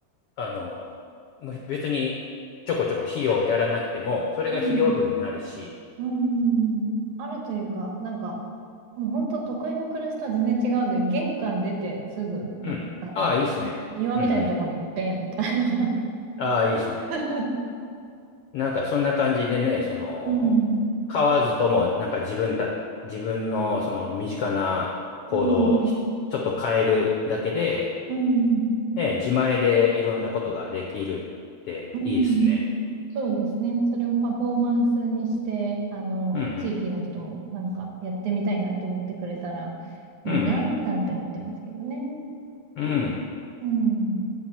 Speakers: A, on the left; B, on the right.
A: あの、もう別にちょこちょこ肥料やらなくても、それが肥料分になるし、
B: うん、うん。あるというか、なんか、もう本当都会の暮らしとは全然違うんで、玄関出てすぐの、
A: うん。
B: なんか、
A: ああ、いいですね。
B: 庭みたいなとこに、
A: うんうん。
B: ベンみたいな。
A: ああ、いいですね。
B: <laughs>
A: なんかそんな感じでね、その、
B: うん
A: 買わずとも、なんか自分た、自分のその身近な行動をひちょっと変えるだけで、
B: うん、うん、
A: ね、自前でいろんなことができるっていいですね。
B: うん。そうですね。それをパフォーマンスにして、あの、
A: うんうん。
B: 地域の人もなんかやってみたいなと思ってくれたらいいなぁなんて思ってますけどね。
A: うんうん。うん。
B: うん。